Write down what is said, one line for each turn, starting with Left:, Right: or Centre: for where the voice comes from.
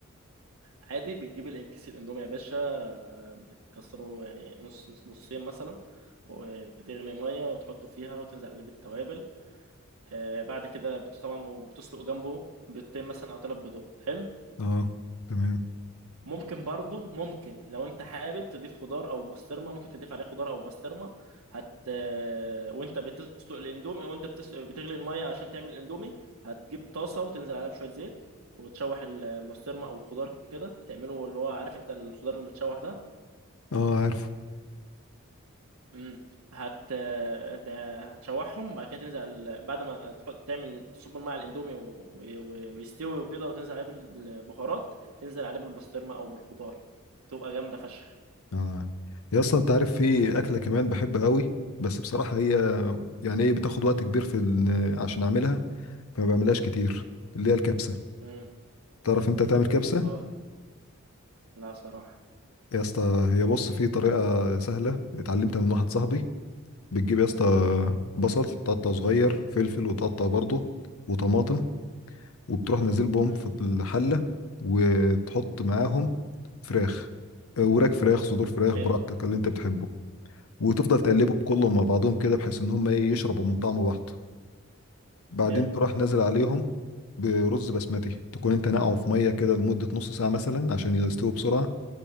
Right: عادي بتجيب ال- كيس الاندومي يا باشا آه، بتكسره يعني نص نص نصين مثلا وتغلي ميه وتحطه فيها وتنزل عليه بالتوابل آه، بعد كده بت- طبعا وبتسلق جنبه بيضتين مثلا او ثلاث بيضات حلو
Left: اه تمام
Right: ممكن برضو ممكن لو انت حابب تضيف خضار او بسطرمه ممكن تضيف عليه خضار او بسطرمه هت آه، وانت بتسلق الاندومي وانت بتس... بتغلي الميه عشان تعمل الاندومي هتجيب طاسه وتنزل عليها بشويه زيت وتشوح ال- البسطرمه او الخضار كده تعمله اللي هو عارف انت الخضار المتشوح ده
Left: اه عارفه
Right: امم هت هت- هتشوحهم بعد كده تنزل على- بعد ما تحط تعمل تصب الميه على الاندومي و... و... ويستوي وكده وتنزل عليه بالبهارات تنزل عليه بالبسطرمه او بالخضار تبقى جامده فشخ
Left: اه يا اسطى انت عارف في اكلة كمان بحبها قوي بس بصراحة هي يعني ايه بتاخد وقت كبير في ال- عشان اعملها فما بعملهاش كتير اللي هي الكبسة
Right: مم.
Left: تعرف انت تعمل كبسة
Right: اه لا صراحة
Left: يا اسطى هي بص في طريقة سهلة اتعلمتها من واحد صاحبي بتجيب يا اسطى بصل تقطعه صغير وفلفل وتقطعه برضه وطماطم وبتروح نازل بهم
Right: امم
Left: في الحلة وتحط معاهم فراخ آه، وراك فراخ صدور فراخ
Right: حلو
Left: براحتك اللي انت بتحبه وتفضل تقلبهم
Right: امم
Left: كلهم مع بعضهم كده بحيث ان هم ايه يشربوا من طعم بعض بعدين
Right: حلو
Left: تروح نازل عليهم برز بسمتي تكون انت نقعه في ميه كده لمده نص ساعه مثلا عشان يستووا بسرعه